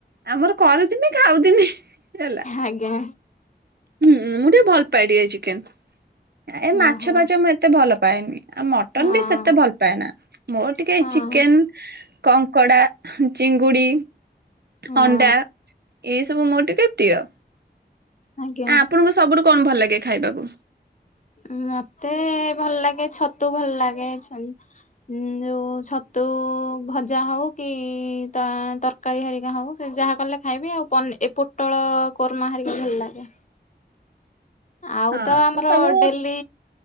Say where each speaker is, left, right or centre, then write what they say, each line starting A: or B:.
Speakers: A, on the right; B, on the left.
A: ଆମର କରୁଥିମି ଖାଉଥିମି ହେଲା?
B: ଆଜ୍ଞା
A: ହୁଁ ମୁଁ ଟିକେ ଭଲ ପାଏ ଟିକେ ଚେକେନ ଏ ମାଛ
B: ଓହୋ
A: ଫାଚ ମୁଁ ଏତେ ଭଲ ପାଏନି ଆଉ ମଟନ୍
B: ହଁ
A: ବି ସେତେ ଭଲ ପାଏନା ମୋର ଟିକେ
B: ହଁ।
A: ଚିକେନ କଙ୍କଡ଼ା ଚିଙ୍ଗୁଡି
B: ହଁ
A: ଅଣ୍ଡା ଏଇ ସବୁ ମୋର ଟିକେ ପ୍ରିୟ ଆ
B: ଆଜ୍ଞା
A: ଆପଣଙ୍କୁ ସବୁଠୁ କଣ ଭଲ ଲାଗେ ଖାଇବାକୁ?
B: ମତେ ଭଲ ଲାଗେ ଛତୁ ଭଲ ଲାଗେ ଛ ଉଁ ଯଉ ଛତୁ ଭଜା ହଉ କି ତା ତର ତରକାରୀ ହେରିକା ହଉ ସେ ଯାହା କଲେ ଖାଇବି ଆଉ ପ ପୋଟଳ କୋରମା ହାରିକି ଭଲ ଲାଗେ। ଆଉ
A: ହଁ
B: ତ ଆମର
A: ସବୁ
B: ଡେଲି